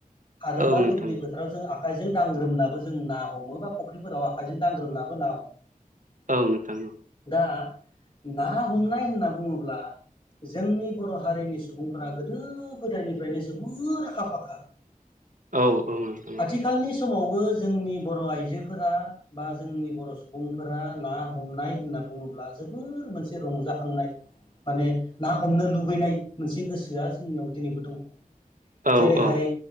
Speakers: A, on the left (about 35°); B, on the right (about 60°).
A: आरो
B: औ
A: ना
B: नोंथां
A: दुब्लि फोथाराव जों आ खाइजों दांग्रोमनाबो जों ना हमो बा फुख्रिफोराव आखाइजों दांग्रोमनाबो ना हमो ।
B: औ नोंथां औ
A: हो ना हमनाय होनना बुङोब्ला जोंनि बर' हारिनि सुबुंफ्रा गोदो गोदायनिफ्रायनो जोबोर आखा फाखा
B: औ औ नोंथां
A: आथिखालनि बे समावबो जोंनि बर' आइजोफोरा बा जोंनि बर' सुबुंफोरा ना हमनाय होनना बुङोब्ला जोबोर मोनसे रंजाखांनाय माने ना हमनो लुबैनाय मोनसे गोसो जोंनियाव दिनैबो दङ
B: औ
A: जेरैहाय
B: औ